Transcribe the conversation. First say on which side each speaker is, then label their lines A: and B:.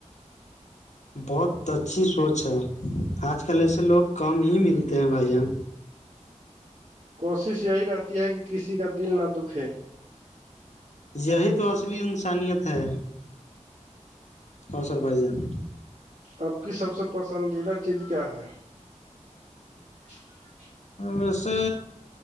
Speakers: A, on the left; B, on the right.
A: بہت اچھی سوچ ہے آج کل ایسے لوگ کم ہی ملتے ہیں بھائی جان
B: کوشش یہی رہتی ہے کہ کسی کا دل نہ دکھے
A: یہی تو اصلی انسانیت ہے اوصر بھائی جان
B: آپ کی سب سے پسندیدہ چیز کیا ہے ج
A: ویسے